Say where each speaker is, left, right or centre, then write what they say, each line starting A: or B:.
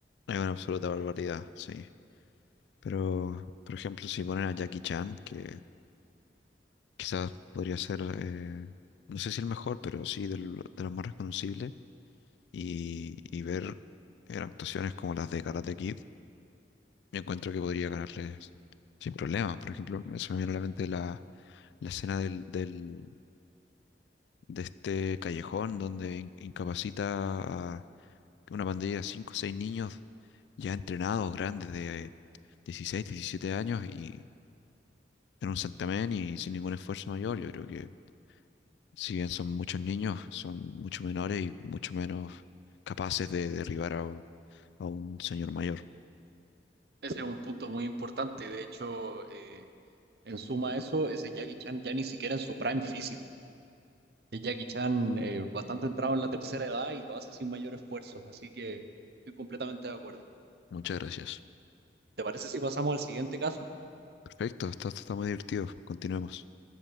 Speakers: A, on the left; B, on the right.
A: Es una absoluta barbaridad, sí. Pero, por ejemplo, si ponen a Jackie Chan, que quizás podría ser, eh, no sé si el mejor, pero sí del- de, los más reconocibles, y, y ver eh, actuaciones como las de Karate Kid. Yo encuentro que podría ganarles sin problema. Por ejemplo, me- se me viene a la mente la, la escena del, del, de este callejón donde in- incapacita a una pandilla de cinco o seis niños ya entrenados, grandes, de 16 17 años y en un santamén y sin ningún esfuerzo mayor. Yo creo que si bien son muchos niños, son mucho menores y mucho menos capaces de derribar a, un- a un señor mayor.
B: Ese es un punto muy importante. De hecho, eh, En suma a eso, ese Jackie Chan ya ni siquiera en su prime físico. Es Jackie Chan eh, bastante entrado en la tercera edad y lo hace sin mayor esfuerzo, así que estoy completamente de acuerdo.
A: Muchas gracias.
B: ¿Te parece si pasamos al siguiente caso?
A: Perfecto, está, está muy divertido. Continuemos.